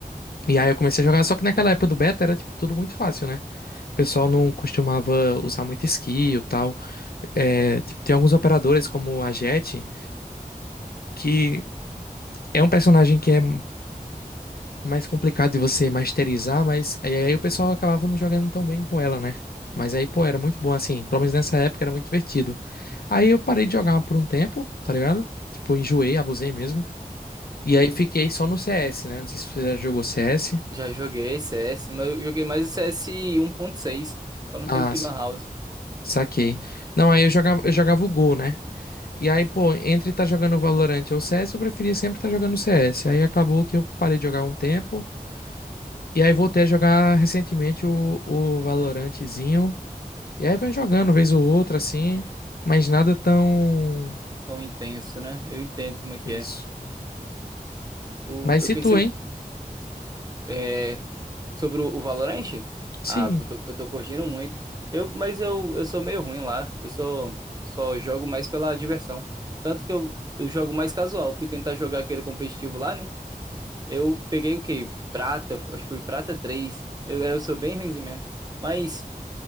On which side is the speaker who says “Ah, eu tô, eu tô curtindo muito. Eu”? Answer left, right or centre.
Right